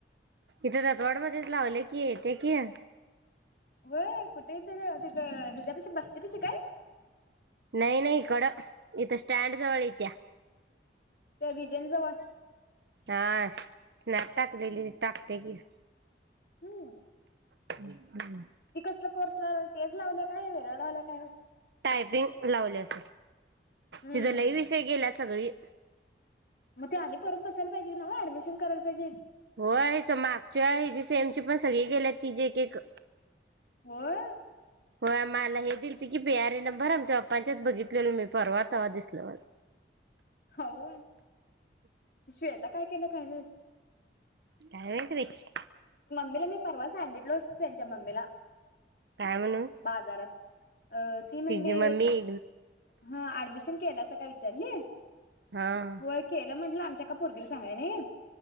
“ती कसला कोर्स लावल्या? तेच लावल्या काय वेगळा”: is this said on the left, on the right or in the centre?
Left